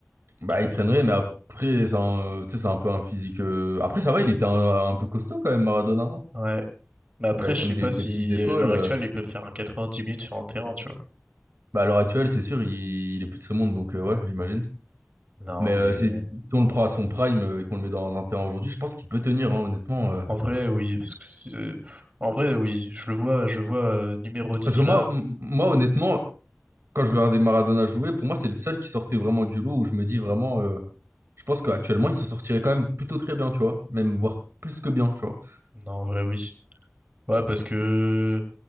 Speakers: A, on the right; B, on the right.
A: bah,
B: Je sais pas
A: il
B: si-
A: traînerait, mais après, c'est un, tu sais, c'est un peu un physique. euh, Après, ça va, il était un, un peu costaud quand même, Maradona, non?
B: Ouais. Mais après,
A: Il avait
B: je
A: quand
B: sais
A: même des,
B: pas si,
A: des petites épaules.
B: à l'heure
A: euh.
B: actuelle, il peut faire un 90 minutes sur un terrain, tu vois.
A: Bah, à l'heure actuelle, c'est sûr, il, il est plus de ce monde, donc euh, ouais, j'imagine.
B: Non,
A: Mais euh,
B: mais
A: si, si- si on le prend à son prime euh, et qu'on le met dans un terrain aujourd'hui, je pense qu'il peut tenir, hein, honnêtement. euh.
B: En vrai, oui, parce que c'est- en vrai, oui, je le vois, je le vois euh, numéro 10
A: Parce que moi,
B: là.
A: m- moi, honnêtement, quand je regardais Maradona jouer, pour moi, c'est le seul qui sortait vraiment du lot où je me dis vraiment, euh, je pense qu'actuellement, il s'en sortirait quand même plutôt très bien, tu vois, même voire plus que bien, tu vois.
B: Non, en vrai, oui. Ouais, parce que